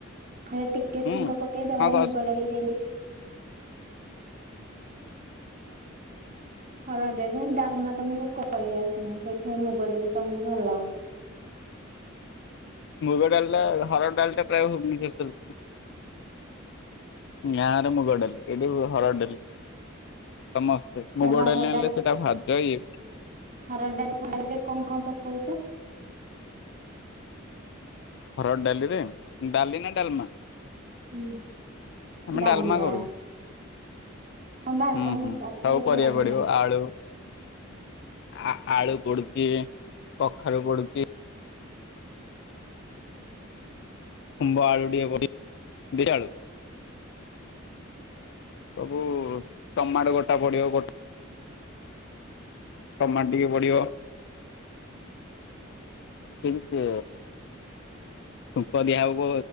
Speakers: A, on the right (about 45°); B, on the left (about 60°).
A: ଖାଲି ଟିକେ
B: ହୁଁ
A: ଛୁଙ୍କ ପକେଇଦବ
B: ହଁ କସ୍
A: ମୁଗଡ଼ାଲି ଯେମତି ହରଡ ଡ଼ାଲିରେ ଡାଲମା ତମକୁ କରି ଆସେନି ସେଇଥିପାଇଁ ମୁଗ ଡାଲି ତମକୁ ଭଲ।
B: ମୁୃଗ ଡାଲ ଟା ହର ଡାଲ ଟା ପ୍ରାୟଜରେ ଚାଲିଛି। ୟାର ମୁଗଡ଼ାଲି ଏଇଡି ହରଡ଼ାଲି। ସମସ୍ତେ ମୁଁ
A: ସେ
B: ମୁଗ
A: ହରଡ଼
B: ଡାଲି ଆଣିଲେ ସେଟା ଭାଜ ଇଏ
A: ହରଡ ଡାଲିରେ କଣ କଣ ପକଉଛ?
B: ହରଡ଼ ଡାଲି ରେ ଡାଲି ନା ଡାଲମା?
A: ହୁଁ
B: ଆମେ
A: ଡ଼ାଲମାବା?
B: ଡାଲମା କରୁ
A: ହଁ ବା
B: ହୁଁ
A: କଣ
B: ହୁଁ
A: କଣ ପକଉଛ
B: ସବୁ ପରିବା
A: ଡାଲମାରେ?
B: ପଡିବ ଆଳୁ ଆ ଆଳୁ ପଡୁଛି କଖାରୁ ପଡୁଛି। ଖୁମ୍ବ ଆଳୁ ଦିବ ଆଳୁ। ସବୁ ଟମାଟ ଗୋଟା ପଡିବ ଗୋଟ ଟମାଟ ଟିକେ ପଡ଼ିବ। ସେହି ସେ ଛୁଙ୍କ ଦିଆ ହବ